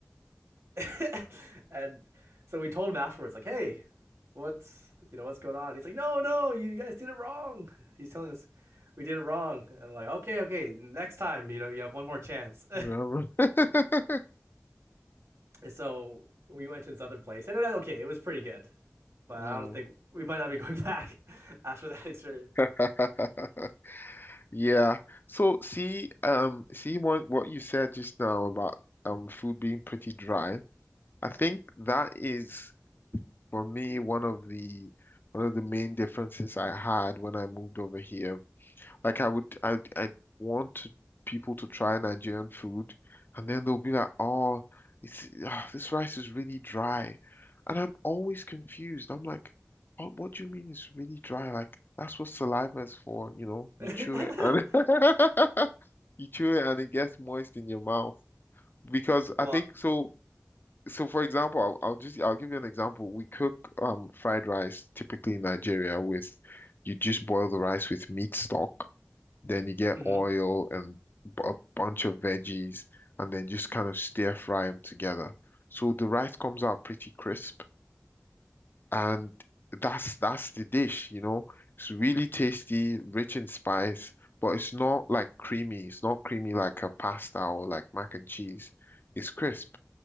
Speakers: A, on the right; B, on the left.
A: <laughs> and so we told him afterwards, like, hey, what's you know what's going on? He's like, no, no, you guys did it wrong. <laughs> He's telling us we did it wrong. And I'm like, okay, okay, next time, you know, you have one more chance. <laughs>
B: Yeah. <laughs>
A: And so we went to this other place, and it was okay. It was pretty good, but I
B: Mm.
A: don't think we might not be going back <laughs> after that experience.
B: <laughs> Yeah. So see, um, see what what you said just now about um food being pretty dry. I think that is for me one of the one of the main differences I had when I moved over here. Like I would, I I want to, people to try Nigerian food, and then they'll be like, "Oh, it's ah, this rice is really dry," and I'm always confused. I'm like, oh, "What do you mean it's really dry? Like that's what saliva is for, you know?
A: <laughs>
B: You chew it and <laughs> you chew it and it gets moist in your mouth." Because
A: Well,
B: I think so. So for example, I'll, I'll just I'll give you an example. We cook um fried rice typically in Nigeria with you just boil the rice with meat stock then you get
A: hmm
B: oil and b- a bunch of veggies, and then just kind of stir fry them together. So the rice comes out pretty crisp, and that's that's the dish, you know. It's really tasty, rich in spice, but it's not like creamy. It's not creamy like a pasta or like mac and cheese. It's crisp.